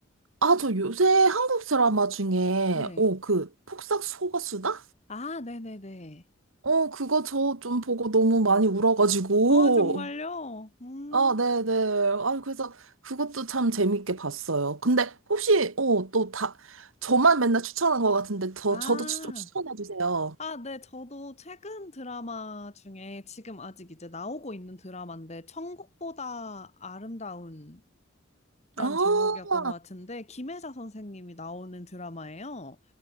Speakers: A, on the right; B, on the left.
A: 아, 저 요새 한국 드라마 중에,
B: 네.
A: 어, 그, 폭삭 속았수다?
B: 아, 네네네.
A: 어, 그거 저 좀 보고 너무 많이 울어가지고.
B: 어, 정말요? 음.
A: 아, 네네. 아, 그래서 그것도 참 재밌게 봤어요. 근데 혹시, 어, 또 다, 저만 맨날 추천한 것 같은데, 더,
B: 아,
A: 저도 추- 좀 추천해주세요.
B: 아, 네. 저도 최근 드라마 중에 지금 아직 이제 나오고 있는 드라마인데, 천국보다 아름다운이라는
A: 아,
B: 제목이었던 것 같은데, 김혜자 선생님이 나오는 드라마예요.